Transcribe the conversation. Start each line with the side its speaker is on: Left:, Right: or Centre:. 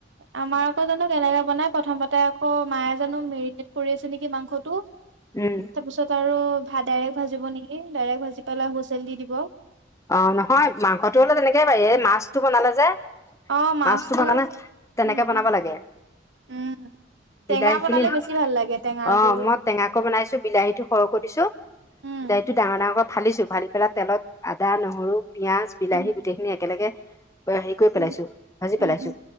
Right: আমাৰ আকৌ জানো কেনেকে বনাই প্ৰথমতে আক- অ মায়ে জানো মেৰিটেত কৰি আছে নেকি মাংসটো
Left: উম
Right: তাপিছত আৰু, ভাত ডাইৰেক্ট ভাজিব নেকি ডাইৰেক্ট ভাজি পেলাই হুঁচেল দি দিব।
Left: অ নহয় মাংসটো হলে তেনেকেই পাৰি এই মাছটো বনালে যে,
Right: অ মাছটো
Left: মাছতো বনালে তেনেকে
Right: উম
Left: বনাব
Right: উম
Left: লাগে।
Right: উম
Left: বিলাহী
Right: টেঙা বনালে
Left: খিনি
Right: বেছি ভাল লাগে টেঙাৰ
Left: অ
Right: জোল
Left: মই টেঙাকো বনাইছো বিলাহীটো সৰুকৈ দিছো।
Right: উম
Left: দাৰিটো ডাঙৰ ডাঙৰ ক- ফালিছোঁ ফালি পেলাই তেলত আদা নহৰু পিঁয়াজ বিলাহী
Right: উম
Left: গোটেইখিনি একেলগে হেৰি কৰি
Right: উম
Left: পেলাইছো ভাজি পেলাইছো
Right: উম